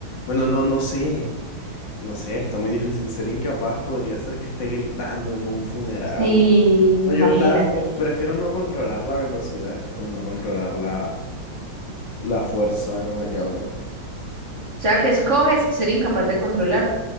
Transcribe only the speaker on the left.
Bueno, no, no sé. No sé, está muy difícil. Ser incapaz podría ser que esté gritando en un funeral.
No,
yo la
prefiero no controlar la velocidad que con no controlar la, la fuerza con la que hablo.